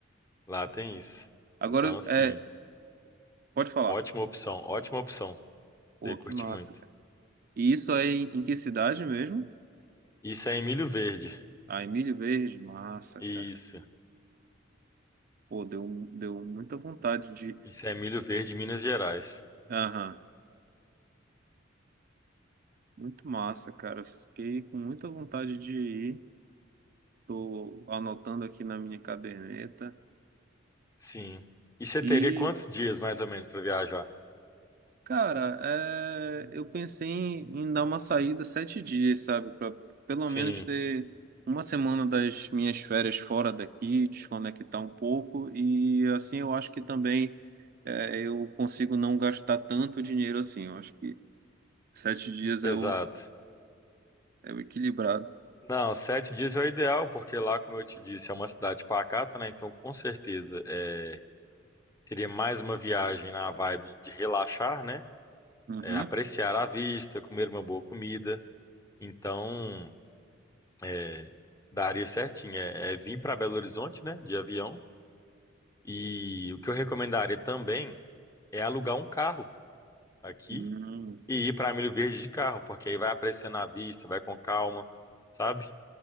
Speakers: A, on the left; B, on the right.
A: Lá tem isso.
B: Agora,
A: Então, assim,
B: é, pode falar.
A: ótima opção, ótima opção. Você
B: Pô,
A: ia
B: que
A: curtir
B: massa,
A: muito.
B: cara. E isso aí em que cidade mesmo?
A: Isso é em Milho Verde.
B: Ah, Emílio Verde, massa,
A: Isso.
B: cara. Pô, deu, um, deu muita vontade de,
A: Isso é em Milho Verde,
B: de...
A: Minas Gerais.
B: Aham, muito massa, cara. Fiquei com muita vontade de ir. Tô anotando aqui na minha caderneta.
A: Sim. E você
B: E
A: teria quantos dias, mais ou menos, para viajar?
B: Cara, é, eu pensei em, em dar uma saída sete dias, sabe? Pra pelo
A: Sim,
B: menos ter uma semana das minhas férias fora daqui, desconectar um pouco. E assim eu acho que também é, eu consigo não gastar tanto dinheiro assim. Eu acho que sete dias
A: exato.
B: é o, é o equilibrado.
A: Não, sete dias é o ideal, porque lá, como eu te disse, é uma cidade pacata, né? Então, com certeza, é, seria mais uma viagem na vibe de relaxar, né?
B: Uhum.
A: É, apreciar a vista, comer uma boa comida. Então, é, daria certinho. É, é vir para Belo Horizonte, né? De avião. E o que eu recomendaria também é alugar um carro aqui
B: Hum,
A: e ir para Milho Verde de carro, porque aí vai apreciando a vista, vai com calma, sabe?